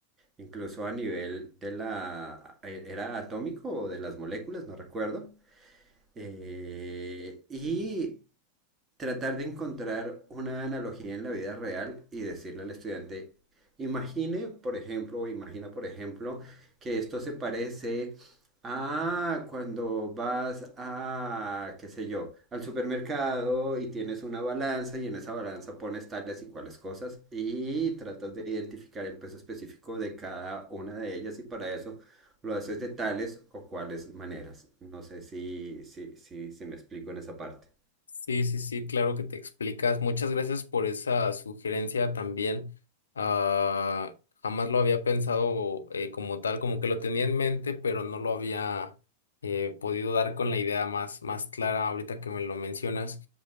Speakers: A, on the right; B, on the left.
A: incluso a nivel de la, ¿era atómico o de las moléculas? No recuerdo. Eh, y tratar de encontrar una analogía en la vida real y decirle al estudiante, imagine, por ejemplo, o imagina, por ejemplo, que esto se parece a cuando vas a, qué sé yo, al supermercado y tienes una balanza y en esa balanza pones tales y cuales cosas y tratas de identificar el peso específico de cada una de ellas y para eso lo haces de tales o cuales maneras. No sé si, si, si, si me explico en esa parte.
B: Sí, sí, sí, claro que te explicas. Muchas gracias por esa sugerencia también. Ah, jamás lo había pensado eh, como tal, como que lo tenía en mente, pero no lo había eh, podido dar con la idea más, más clara ahorita que me lo mencionas.